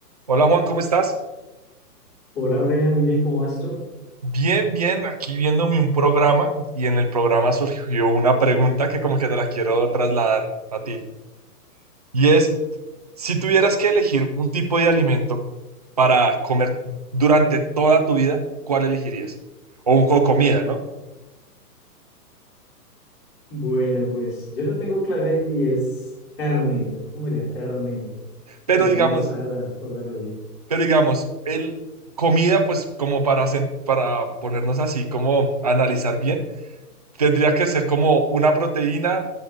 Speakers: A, on the right; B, on the left.
A: Hola Juan, ¿cómo estás?
B: Hola Brian, muy bien, ¿cómo vas tú?
A: Bien, bien, aquí viéndome un programa y en el programa surgió una pregunta que como que te la quiero trasladar a ti. Y es, si tuvieras que elegir un tipo de alimento para comer durante toda tu vida, ¿cuál elegirías? O, un- o comida, ¿no?
B: Bueno, pues yo la tengo clara y es carne. Yo comería carne,
A: Pero
B: carne
A: digamos,
B: asada toda la vida.
A: pero digamos, el comida pues como para, sen- para ponernos así, como analizar bien. Tendría que ser como una proteína,